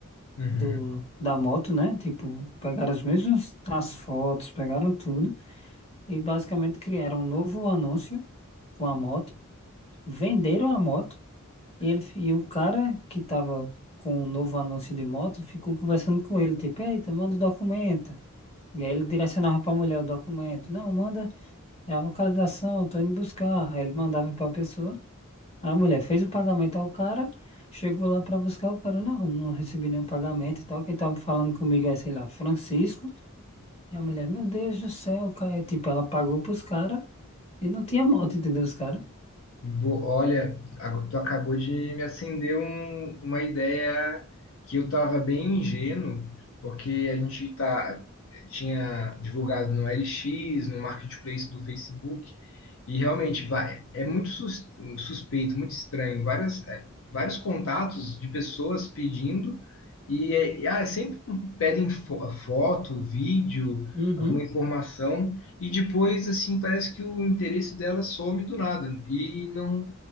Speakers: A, on the left; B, on the left.
A: Uhum.
B: do da moto, né? Tipo, pegaram as mesmas as fotos, pegaram tudo e basicamente criaram um novo anúncio com a moto, venderam a moto e ele e o cara que tava com o novo anúncio de moto ficou conversando com ele, tipo, eita, manda o documento. E aí ele direcionava pra mulher o documento. Não, manda é a localização, tô indo buscar. Aí ele mandava pra pessoa. A mulher fez o pagamento ao cara, chegou lá pra buscar o cara. Não, não recebi nenhum pagamento e tal. Quem tava falando comigo é, sei lá, Francisco. E a mulher, meu Deus do céu, cara. Tipo, ela pagou pros caras e não tinha moto, entendeu? Os caras.
A: Bo- Olha, ago- tu acabou de me acender um- uma ideia que eu estava bem ingênuo, porque a gente tá, tinha divulgado no LX, no Marketplace do Facebook, e realmente vai, é muito sus- suspeito, muito estranho, várias, é, vários contatos de pessoas pedindo, e, é- e, ah, é sempre um, pedem fo- foto, vídeo,
B: Uhum,
A: alguma informação. E depois, assim, parece que o interesse dela some do nada e não,